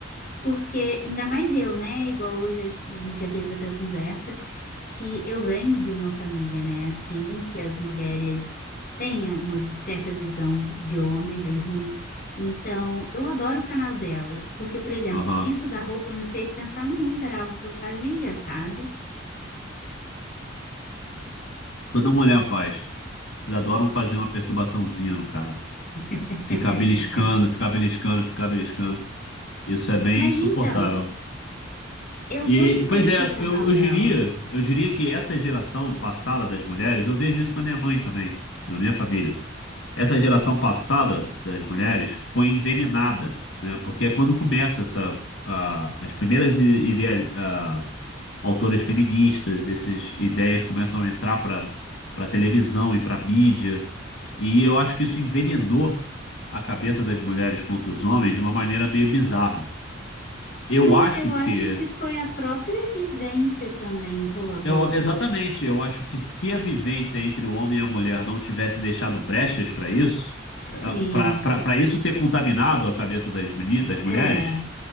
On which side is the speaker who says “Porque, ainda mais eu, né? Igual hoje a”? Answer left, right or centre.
Left